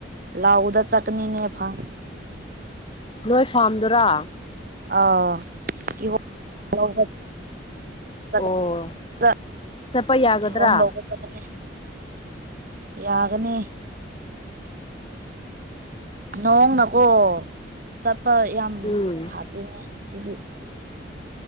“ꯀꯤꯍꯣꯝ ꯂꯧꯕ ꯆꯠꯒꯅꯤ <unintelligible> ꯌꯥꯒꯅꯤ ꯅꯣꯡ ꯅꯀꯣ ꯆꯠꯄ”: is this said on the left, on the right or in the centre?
Right